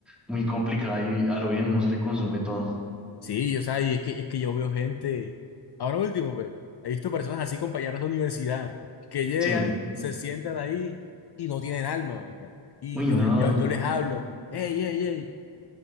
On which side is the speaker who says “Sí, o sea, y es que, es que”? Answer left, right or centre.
Left